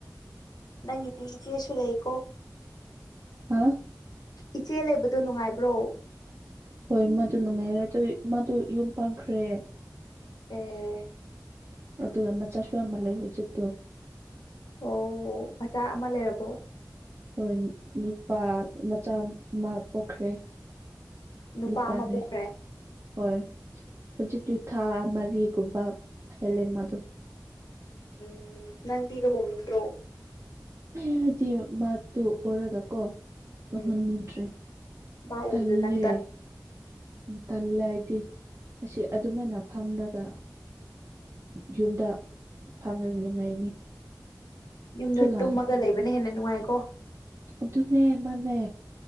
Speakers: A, on the left; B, on the right.
A: ꯅꯪꯒꯤꯗꯤ ꯏꯆꯦꯁꯨ ꯂꯩꯀꯣ
B: ꯍꯥ
A: ꯏꯆꯦ ꯂꯩꯕꯗꯣ ꯅꯨꯡꯉꯥꯏꯕ꯭ꯔꯣ
B: ꯍꯣꯏ ꯃꯗꯨ ꯅꯨꯡꯉꯥꯏꯔꯦ ꯑꯗꯨ ꯃꯥꯗꯨ ꯌꯨꯝ ꯄꯥꯟꯈ꯭ꯔꯦ
A: ꯑꯦ
B: ꯑꯗꯨꯒ ꯃꯆꯥꯁꯨ ꯌꯥꯝ ꯂꯩ ꯍꯧꯖꯤꯛꯇꯣ
A: ꯑꯣ ꯃꯆꯥ ꯑꯃ ꯂꯩꯔꯕꯣ
B: ꯍꯣꯏ ꯅꯨꯄꯥ ꯃꯆꯥ ꯑꯃ ꯄꯣꯛꯈ꯭ꯔꯦ
A: ꯅꯨꯄꯥ
B: ꯅꯨꯄꯥꯅꯦ
A: ꯑꯃ ꯄꯣꯛꯈ꯭ꯔꯦ
B: ꯍꯣꯏ ꯍꯧꯖꯤꯛꯇꯤ ꯊꯥ ꯃꯔꯤꯒꯨꯝꯕ ꯍꯦꯜꯂꯦ ꯃꯗꯣ
A: ꯎꯝ ꯅꯪꯗꯤ ꯂꯨꯍꯣꯡꯅꯤꯡꯗ꯭ꯔꯣ
B: ꯍꯥꯏꯗꯤ ꯃꯥꯗꯨ ꯎꯔꯒꯀꯣ ꯇꯧꯍꯟꯅꯤꯡꯗ꯭ꯔꯦ
A: ꯎꯝ ꯃꯥ ꯎꯕꯗ
B: ꯇꯜꯂꯦ
A: ꯅꯪ
B: ꯇꯜꯂꯦ ꯑꯩꯗꯤ ꯑꯁꯤ ꯑꯗꯨꯃꯥꯏꯅ ꯐꯝꯔꯒ ꯌꯨꯝꯗ ꯐꯝꯔꯒ ꯅꯨꯡꯉꯥꯏꯅꯤ
A: ꯌꯨꯝꯗ
B: ꯊꯨꯅ
A: ꯇꯨꯝꯃꯒ ꯂꯩꯕꯅ ꯍꯦꯟꯅ ꯅꯨꯡꯉꯥꯏꯀꯣ
B: ꯑꯗꯨꯅꯦ ꯃꯅꯦ